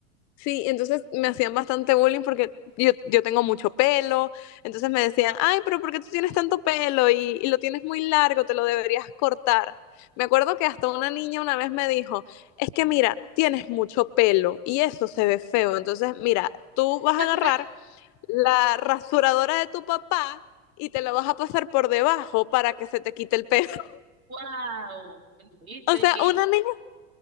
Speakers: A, on the left (about 40°); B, on the right (about 80°).
A: Sí, entonces me hacían bastante bullying porque yo, yo tengo mucho pelo, entonces me decían, ay, pero ¿por qué tú tienes tanto pelo y, y lo tienes muy largo, te lo deberías cortar? Me acuerdo que hasta una niña una vez me dijo, es que mira, tienes mucho pelo y eso se ve feo, entonces mira, tú vas
B: <laughs>
A: a agarrar la rasuradora de tu papá y te la vas a pasar por debajo para que se te quite el pelo. <laughs>
B: Wow, pero
A: O sea,
B: es que
A: una niña,